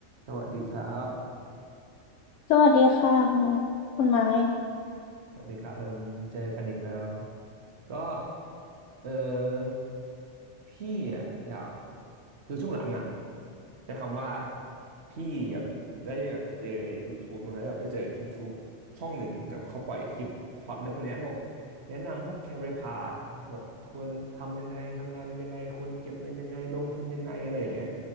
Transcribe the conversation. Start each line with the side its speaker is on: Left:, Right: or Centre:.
Right: สวัสดีครับ
Left: สวัสดีค่ะคุณไม้คุณไม้
Right: สวัสดีครับเอิมเจอกันอีกแล้ว ก็ เออ พี่อะอยาก คือช่วงหลังอ่ะใช้คำว่า พี่แบบได้แบบเจอ YouTube มาแล้วแบบได้เจอ YouTube ช่องหนึ่งแบบเขาปล่อยคลิปช็อตอะไรพวกเนี้ยบอกแนะนำพวก career path แบบควรทำยังไงทำงานยังไงควรเก็บเงินยังไงลงทุนยังไงอะไรอย่างเงี้ย